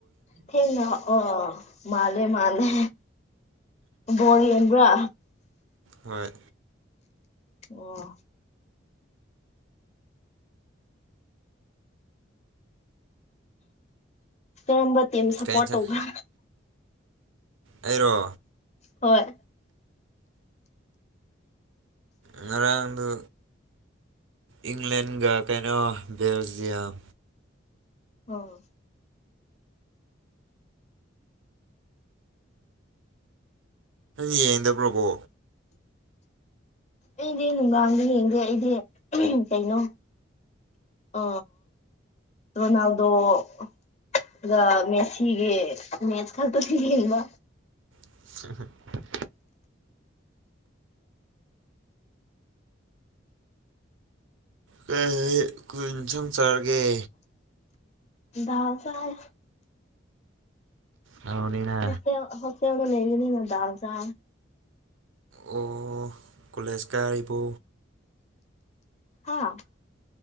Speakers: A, on the left (about 35°); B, on the right (about 80°).
A: ꯊꯦꯡꯅ ꯑꯣ ꯃꯥꯂꯦ ꯃꯥꯂꯦ ꯣꯔꯤꯟꯕ꯭ꯔꯥ
B: ꯍꯣꯏ
A: ꯑꯣ ꯀꯔꯝꯕ ꯇꯤꯝ ꯁꯞꯄꯣꯔꯠ
B: ꯀꯩ ꯏꯟꯁꯥꯡ
A: ꯇꯧꯕ꯭ꯔꯥ
B: ꯑꯩꯔꯣ
A: ꯍꯣꯏ
B: ꯉꯔꯥꯡꯗꯨ ꯏꯪꯂꯦꯟꯒ ꯀꯩꯅꯣ ꯕꯦꯜꯖꯤꯌꯝ
A: ꯑꯣ
B: ꯌꯦꯗ ꯄ꯭ꯔꯕꯣ
A: ꯑꯩꯗꯤ ꯅꯨꯡꯗꯥꯡꯗꯤ ꯌꯦꯡꯗꯦ ꯑꯩꯗꯤ ꯀꯩꯅꯣ ꯑ ꯔ ꯅꯜꯗ ꯑꯗꯨꯒ ꯃꯦꯁꯤꯒꯤ ꯃꯦꯁ ꯈꯛꯇꯁꯨ ꯌꯦꯡꯕ
B: ꯎ ꯀ ꯀꯨꯏꯟ ꯁꯪ ꯆꯔꯒꯦ
A: ꯥ ꯆ ꯍꯥꯏ
B: ꯅꯥꯎꯅꯤꯅ
A: ꯍ ꯍꯐꯌꯥꯅ ꯂꯩꯅꯤꯅ ꯗ ꯆꯥ
B: ꯑꯣ ꯀꯣꯂꯦꯖꯀꯥꯔꯤꯕ
A: ꯍꯥꯥ